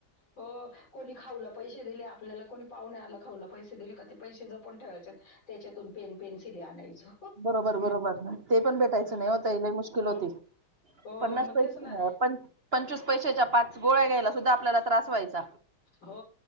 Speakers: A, on the left; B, on the right.
A: हो कोणी खाऊला पैसे दिले आपल्याला कोणी पाहुणे आला खाऊला पैसे दिले का ते पैसे जपुण ठेवायचे. त्याच्यातून पेन, पेन्सिली आणायचो.
B: बरोबर, बरोबर ते पण भेटायचं
A: हं.
B: नाही हो ताई लई मुश्किल
A: मग
B: होते.
A: हो,
B: पन्नास
A: मग
B: पै
A: तेच ना.
B: पंचवीस पैशाच्या पाच गोळ्या घ्यायला सुद्धा आपल्याला त्रास व्हायचा.
A: हो